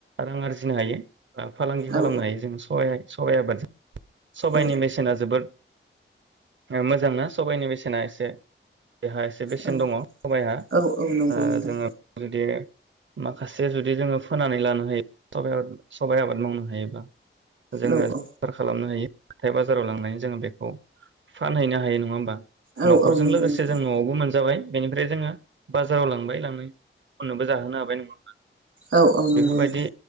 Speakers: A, on the right; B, on the right.
A: रां आरजिनो हायो फालांगि
B: औ
A: खालामनो हायो जों सहाय साबाय आबादजों सबाइनि
B: औ
A: बेसेना जोबोद मोजांना सबाइनि बेसेना एसे बेहा एसे बेसेन
B: औ
A: दङ सबाइहा
B: औ औ नंगौ
A: ओ
B: नोंथां
A: जोङो जुदि माखासे जुदि जोङो फोनानै लानो हायो <unintelligible> सबाइ आबाद मावनो हायोब्ला जोङो
B: औ औ
A: <unintelligible> खालामनो हायो हाथाय बाजाराव लांनानै जोङो बेखौ फानहैनो हायो नङा होमबा
B: औ
A: नखरजों
B: औ नंगौ
A: लोगोसे
B: नोंथां
A: जों नआवबो मोनजाबाय बेनिफ्राय जोङो बाजाराव लांबाय लांनायनि उनावबो जाहोनो हाबाय नङा ओमबा
B: औ औ नंगौ
A: बेफोरबायदि
B: नोंथां